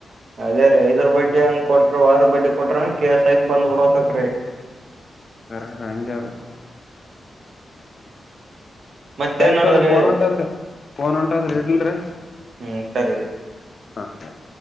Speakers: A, on the right; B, on the left.
A: ಅದೇ ರೀ ಐದರ ಬಡ್ಡಿ ಹಂಗ ಕೊಟ್ರ ಆರ ಬಡ್ಡಿ ಕೊಟ್ರಂಗ ಕೆಸ್ ಆಕಿ ಬಂದಬಿಡಕ್ರೀ.
B: ರಗೆಾದ <unintelligible>
A: ಮತ್ತೇನ್
B: ಸರಿತೋರಿ
A: ನಡದ್ರಿ
B: ಫೋನ್ ಹೊಂಟದ್ರಿ ಫೋನ್ ಹೊಂಟಾದ್ರಿ ಇಡಲ್ರಿ.
A: ಹ್ಮ್ ಸರಿ ರೀ.
B: ಹಾ ಸರಿ